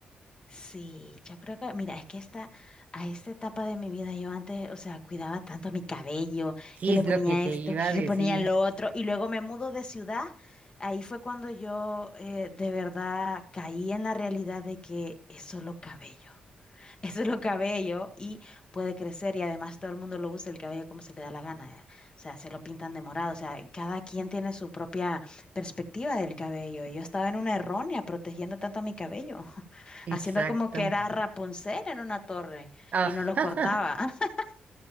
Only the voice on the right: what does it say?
Sí,
es
lo que te
iba
a decir.
Exacto.
Ah,
<laughs>